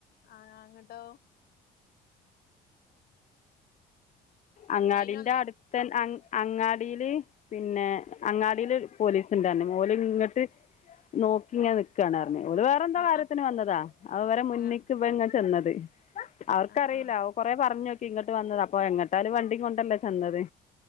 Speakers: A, on the left (about 65°); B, on the left (about 45°).
A: ആഹ ങ്ങട്ടോ
B: അങ്ങാടിന്റെ
A: ഫൈന് വന്നോ
B: അടുത്ത അങ്ങാടീൽ പിന്നെ
A: ആഹ്
B: അങ്ങാടിൽ പോലീ ന്തന്നെ ഓലെ ഇങ്ങട്ട് നോക്കി ഇങ്ങെനെ നിക്കാണ് പറഞ്ഞത് അവർ വേറെ എന്തോ
A: ആഹ്
B: കാര്യത്തിന്
A: ആഹ്
B: വന്നതാ അവരെ മുന്നിക്ക്
A: ആഹ്
B: ഇവൻ ചെന്നത് അവർക്കറിയില്ല
A: ആഹ് ആഹ്
B: അവ കൊറെേ പറഞ്ഞ് നോക്കി ഇങ്ങോട്ട് വന്നത് അപ്പൊ എങ്ങോട്ടാലും വണ്ടി കൊണ്ടല്ലേ ചെന്നത്